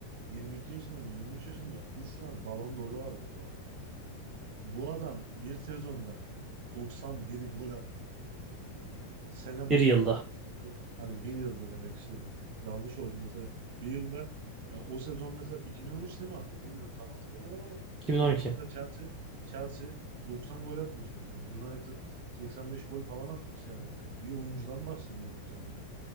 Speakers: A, on the right; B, on the right.
A: 22 yaşında mı 23 yaşında 3 tane Ballon d'Or'u vardı bu adam. Bu adam bir sezonda 91 gol attı. Yani sene
B: Bir
A: boyunca
B: yılda.
A: yani hani bir yılda demek istedim. Yanlış oldu mesela. Bir yılda e, o sezon mesela 2013'te mi attı bilmiyorum tam hatırlayamadım ama
B: 2012.
A: o sezonda mesela Chelsea Chelsea 90 gol atmış mesela. United 85 gol falan atmış yani. Bir oyuncudan bahsediyoruz yani.